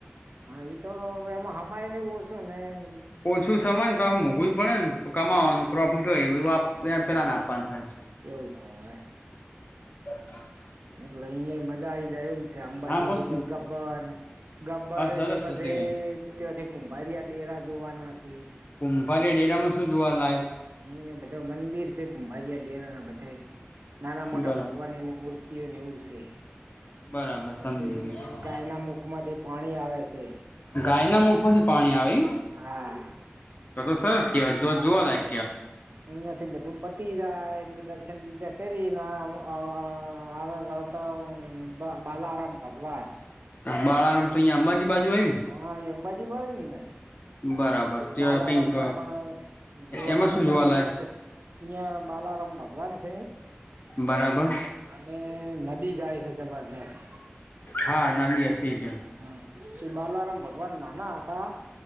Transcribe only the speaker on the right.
હા તો હવે એમાં હમાય ને એવ <unintelligible>
હા બા
હમ
એવું થાય હવે
એટલે અહિયા એ મજા આવી જાય એવું છે અંબાજી
થી પછી ગબ્બર ગબ્બરથી
પછી
ત્યાંથી કુંભારીયા ડેરા જોવાના હશે
અહ બધા મંદિર છે કુંભારીયા ડેરા ના બધે નાના મોટા
ભગવાન એની મૂર્તિઓને એવું છે
પછી
એ ગાયના મુખ માંથી પાણી આવે છે.
હા
એનાથી બધું પતી જાય એટલે દર્શન બીજા કરી <unintelligible> અહ આવે વળત બા બાલારામ ભગવાન
હા, એ અંબાજી બાજુ જ ને
બાલારામમાં
પણ જોવાની
મજા
આવે એવ છે. અહિયાં બાલારામ ભગવાન છે
અને નદી જાય છે. જબરજસ્ત.
હમ્મ એ બાલારામ ભગ વન નાના હતા